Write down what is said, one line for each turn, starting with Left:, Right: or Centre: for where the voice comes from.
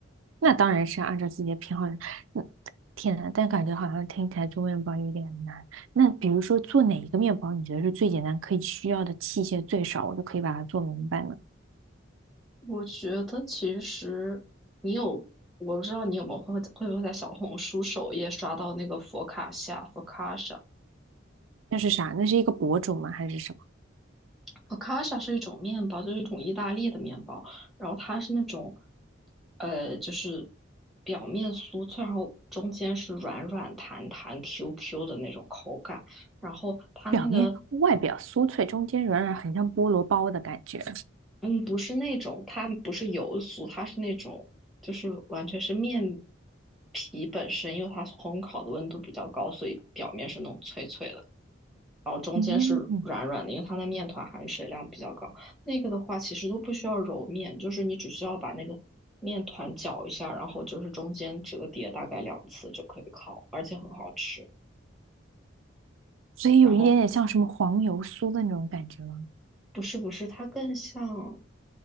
Right: 那当然是按照自己的偏好。嗯，天呐，但感觉好像听起来做面包有点难。那比如说做哪一个面包，你觉得是最简单，可以需要的器械最少，我就可以把它做明白呢？
Centre: 我觉得其实你有，我不知道你有没有会会不会在小红书首页刷到那个佛卡夏佛卡夏，
Right: 那是啥？那是一个博主吗？还是什么？
Centre: 佛卡夏是一种面包，就是一种意大利的面包，然后它是那种，呃，就是表面酥脆，然后中间是软软弹弹、Q Q 的那种口感，然后它那个
Right: 表面外表酥脆，中间软软，很像菠萝包的感觉。
Centre: 嗯，不是那种，它不是油酥，它是那种，就是完全是面皮本身，因为它烘烤的温度比较高，所以表面是那种脆脆的，然后中间是软软的，
Right: 嗯，
Centre: 因为它的面团含水量比较高。那个的话，其实都不需要揉面，就是你只需要把那个面团搅一下，然后就是中间折叠大概两次就可以烤，而且很好吃。
Right: 所以有一点点像什么黄油酥的那种感觉吗？
Centre: 然后不是不是，它更像。